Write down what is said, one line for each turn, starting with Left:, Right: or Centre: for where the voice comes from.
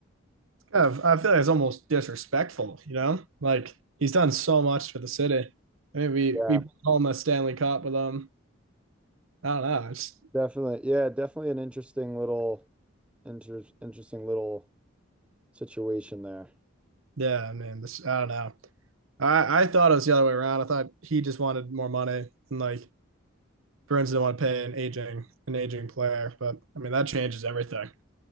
Right: of, I feel like it's almost disrespectful, you know? Like he's done so much for the city. I mean, we
Centre: Yeah,
Right: we home a Stanley Cup with him. I don't know. It's
Centre: definitely. Yeah, definitely an interesting little inter interesting little situation there.
Right: yeah, man. This I don't know. I I thought it was the other way around. I thought he just wanted more money and like Bruins didn't want to pay an aging an aging player. But I mean, that changes everything.